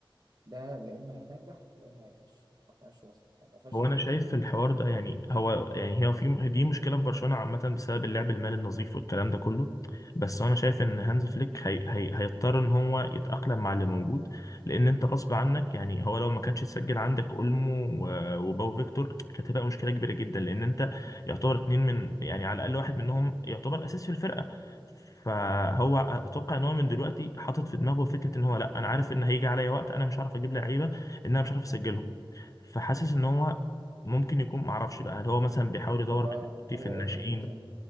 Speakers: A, on the right; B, on the left.
A: ده لا إما هينجح لا إما هيفشل ما فيهاش وسط ما فيهاش
B: هو انا شايف في الحوار ده يعني هو يعني هي في دي مشكله في برشلونه عامه بسبب اللعب المالي النظيف والكلام ده كله بس انا شايف ان هانز فليك هي هي هيضطر ان هو يتاقلم مع اللي موجود لان انت غصب عنك يعني هو لو ما كانش تسجل عندك اولمو و- وباو فيكتور كانت هتبقى مشكله كبيره جدا لان انت يعتبر اتنين من يعني على الاقل واحد منهم يعتبر اساس في الفرقه فهو اتوقع ان هو من دلوقتي حاطط في دماغه فكره ان هو لا انا عارف ان هيجي عليا وقت انا مش عارف اجيب لعيبه لان انا مش عارف اسجلهم فحاسس ان هو ممكن يكون معرفش بقى هل هو مثلا بيحاول يدور
A: هو
B: من دلوقتي
A: هو
B: في الناشئين
A: أولمو فين صح؟